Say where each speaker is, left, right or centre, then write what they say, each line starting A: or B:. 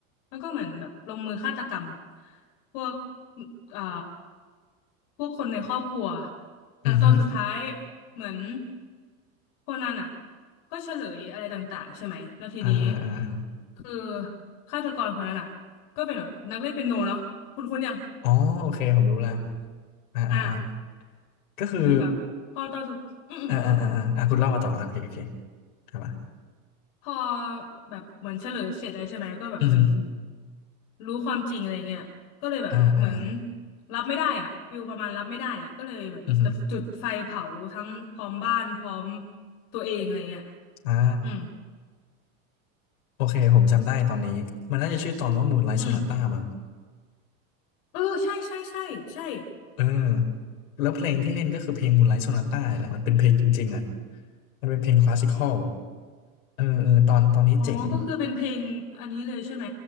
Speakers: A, on the left; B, on the left.
A: แล้วก็เหมือนแบบลงมือฆาตกรรมพวกเอ่อพวกคนในครอบครัวแต่ตอนสุดท้าย
B: อือฮึ
A: เหมือนโคนันอ่ะก็เฉลยอะไรต่างๆใช่ไหมแล้วทีนี้
B: อ่าอ่าอ่าอา
A: คือฆาตกรคนนั้นอ่ะก็เป็นแบบนักเล่นเปียโนเนาะคุณคุณยัง
B: อ๋อโอเคผมรู้ละอ่าอ่าอ่า
A: อ่ะ
B: ก็คือ
A: เป็นแบบพอตอนสุดอืม
B: อ่าอ่าอ่าอ่าอ่ะคุณเล่ามาต่อ โอเคโอเคครับอ่ะ
A: ๆพอแบบเหมือนเฉลยเสร็จแล้วใช่ไหมก็แบบมัน
B: อือฮึ
A: รู้ความจริงอะไรเงี้ยก็เลยแบบเหมือน
B: อ่าอ่า
A: รับไม่ได้อ่ะฟิลประมาณรับไม่ได้ก็เลยแบบจะจุดไฟเผาทั้งพร้อมบ้านพร้อม
B: อือฮึ
A: ตัวเองอะไรเงี้ย
B: อ่า
A: อืม
B: โอเค ผมจำได้ตอนนี้ มันน่าจะชื่อตอนว่า Moonlight
A: อืม
B: Sonata มั้ง
A: เออใช่ใช่ใช่ใช่
B: เออ แล้วเพลงที่เล่นก็คือเพลง Moonlight Sonata แหละมันเป็นเพลงจริงๆอ่ะ มันเป็นเพลงคลาสสิคอลเออเออตอนตอนนี้เจ๋ง
A: อ๋อก็คือเป็นเพลงอันนี้เลยใช่ไหม